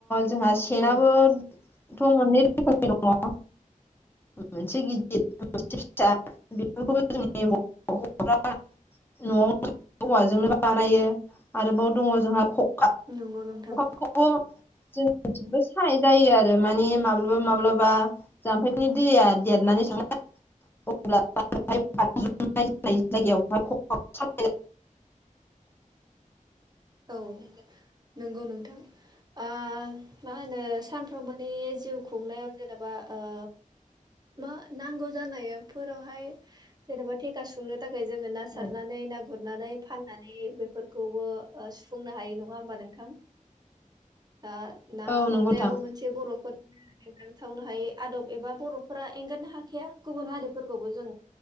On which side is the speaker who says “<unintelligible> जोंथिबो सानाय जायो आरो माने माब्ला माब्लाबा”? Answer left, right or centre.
Left